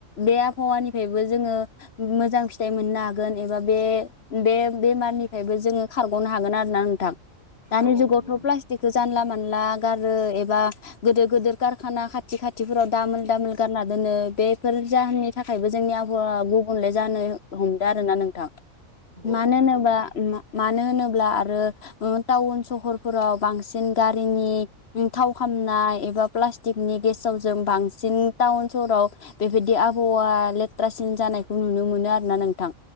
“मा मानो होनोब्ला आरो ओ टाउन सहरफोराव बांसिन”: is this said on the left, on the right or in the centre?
Left